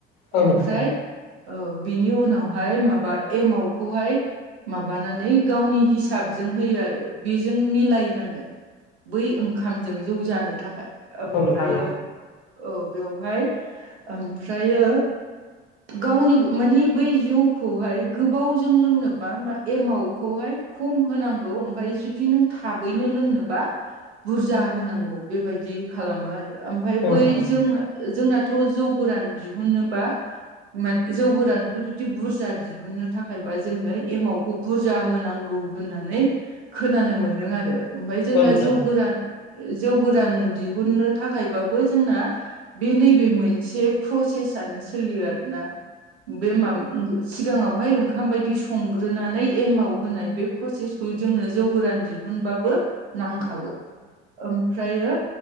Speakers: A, on the left (about 60°); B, on the right (about 85°).
A: औ
B: ओमफ्राय
A: नोंथां
B: औ बेनि उनावहाय माबा एमाव खौ हाय माबानानै गावनि हिस साबजों होयो आरो बेजों मिलायनांगोन बै ओंखामजों जौ जानो थाखाय ओमफ्रायो
A: औ नोंथां औ नोंथां
B: औ बेवहाय ओमफ्रायो गावनि मानि बै जौखौहाय गोबावजों लोंनोबा मा एमावखौहाय खम होनांगौ ओमफ्राय जुदि नों थाबैनो लोंनोबा बुरजा होनांगौ बेबायदि खालामो आरो ओमफ्राय
A: औ
B: बै जों जोंनाथ' जौ गोरान दिहुननोबा मा जौ गोरानखौ जुदि बुरजा दि दिहुननो थाखायबा जोंनो एमावखौ बुरजा होनांगौ गौ होननानै खोनानो मोनदों आरो ओमफ्राय जोंना
A: औ नोंथां
B: जौ
A: औ
B: गोरान जौ गोरान दिहुननो थाखायबाबो जोंना बे नैबे मोनसे प्रसेसानो सोलियो आरोना बे माब सिगाङावहाय ओंखाम बायदि संग्रोनानै एमाव होनाय बे फ्रसेसखौ जोंनो जौ गोरान दिहुनबाबो नांखागौ ओमफ्रायो